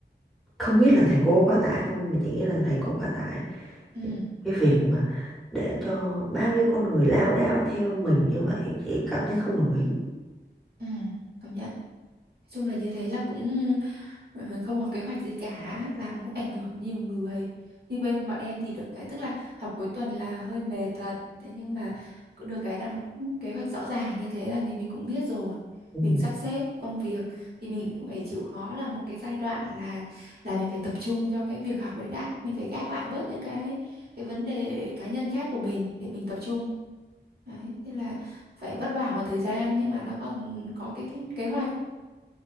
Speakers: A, in the centre; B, on the right.
A: không biết là thầy cô quá tải không mà chị nghĩ là thầy cô quá tải
B: Ừ,
A: cái việc mà để cho bao nhiêu con người lao đao theo mình như vậy chị cảm thấy không đồng ý
B: ừ, công nhận. Nói chung là như thế là cũng Ờ, không có kế hoạch gì cả làm cũng ảnh hưởng nhiều người như bên bọn em thì được cái tức là học cuối tuần là hơi mệt thật thế nhưng mà cũng được cái là nó cũng kế hoạch rõ ràng như thế là thì mình cũng biết rồi
A: Ừ.
B: mình sắp xếp công việc thì mình cũng phải chịu khó là một cái giai đoạn là là mình phải tập trung cho cái việc học đấy đã mình phải gác lại bớt những cái cái vấn đề cá nhân khác của mình để mình tập trung đấy thế là phải vất vả một thời gian nhưng mà nó còn có cái kế hoạch